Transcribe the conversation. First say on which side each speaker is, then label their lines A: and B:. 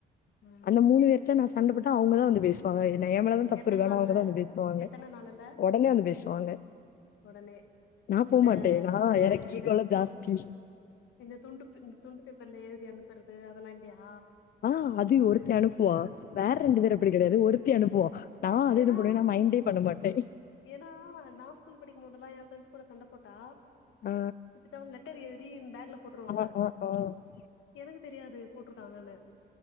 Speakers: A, on the left; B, on the left.
A: ஆ
B: அந்த மூணு பேர்ட்ட நா சண்டப்போட்டா அவங்கதா வந்து பேசு ப்பங்க இது ஏ மேல தா தப்பு
A: எத்தன
B: இருக்கான
A: நாள்ல
B: அவங்கதா வந்து பேசுவாங்க
A: எத்தன நாளுல
B: ஒடனே வந்து பேசுவாங்க
A: ஒடனே
B: நான் போமாட்டேன்.
A: இந்த
B: நான்
A: இந்த
B: எனக்கு
A: இந்த
B: ஈகோலாம்
A: இந்த
B: ஜாஸ்தி.
A: இந்த துண்டு இந்த துண்டு பேப்பர்ல எழுதி அனுப்புறது அதெல்லா இல்லையா
B: ஆ அது ஒருத்தி அனுப்புவா வேற ரெண்டு பேர் அப்படி கெடையாது ஒருத்தி அனுப்புவா நா அது
A: ஏன்னா
B: என்ன பண்ணுவன்னா மைண்டே பண்ண மாட்டே
A: ஏன்னா நா ஸ்கூல் படிக்கும்போதெல்லா எ பிரெண்ட்ஸ் கூட சண்டபோட்டா
B: ஆ,
A: இப்பிடிதா ஒரு லெட்டர் எழுதி பேகுல போட்டுருவாங்க
B: ஆ, ஆ, ஆ, ஆ,
A: எனக்கு தெரியாது போட்ருக்காங்கனு